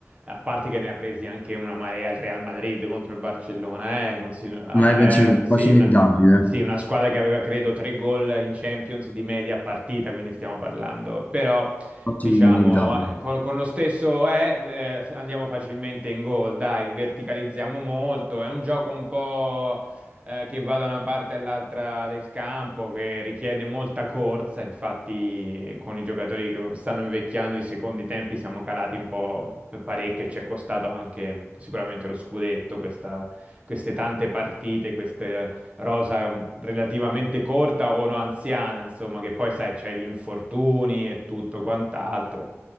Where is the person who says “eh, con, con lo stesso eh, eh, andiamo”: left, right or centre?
Right